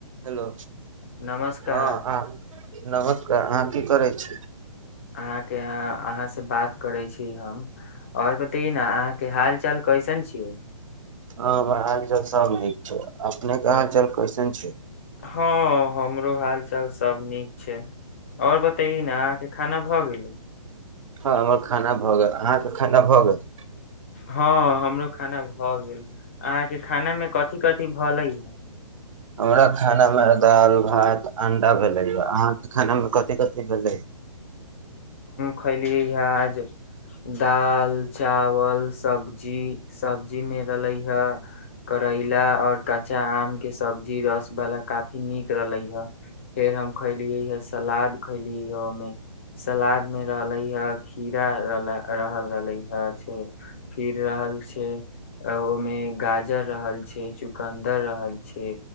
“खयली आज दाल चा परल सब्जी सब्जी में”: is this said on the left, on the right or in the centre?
Left